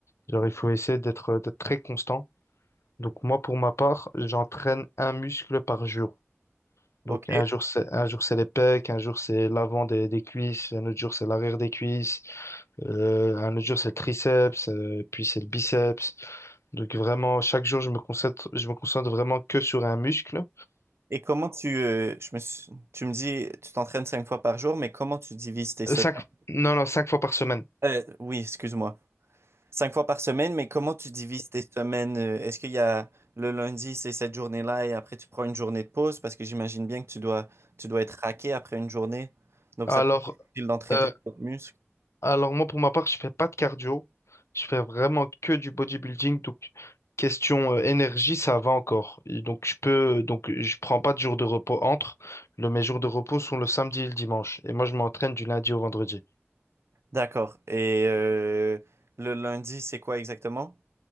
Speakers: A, on the left; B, on the right.
A: Genre il faut essayer d'être d'être très constant donc moi, pour ma part, j'entraîne un muscle par jour.
B: Ok.
A: Donc un jour c'est un jour c'est les pecs, un jour c'est l'avant des, des cuisses, un autre jour c'est l'arrière des cuisses, euh, un autre jour c'est le triceps, euh, puis c'est le biceps. Donc vraiment chaque jour je me concentre je me concentre vraiment que sur un muscle.
B: Et comment tu, euh, je me suis- tu me dis, tu t'entraînes cinq fois par jour, mais comment tu divises tes semaines?
A: Euh, cinq non non cinq fois par semaine.
B: Euh, oui, excuse-moi. Cinq fois par semaine, mais comment tu divises tes semaines? euh, Est-ce qu'il y a le lundi, c'est cette journée-là et après tu prends une journée de pause parce que j'imagine bien que tu dois, tu dois être raqué après une journée. Donc
A: Alors
B: ça peut être difficile d'entraîner
A: euh,
B: tes autres muscles.
A: Alors moi, pour ma part, je fais pas de cardio. Je fais vraiment que du bodybuilding. Donc, question euh, énergie, ça va encore. Et donc, je peux, donc, je prends pas de jour de repos entre. Le, mes jours de repos sont le samedi et le dimanche. Et moi, je m'entraîne du lundi au vendredi.
B: D'accord. Et euh, le lundi, c'est quoi exactement?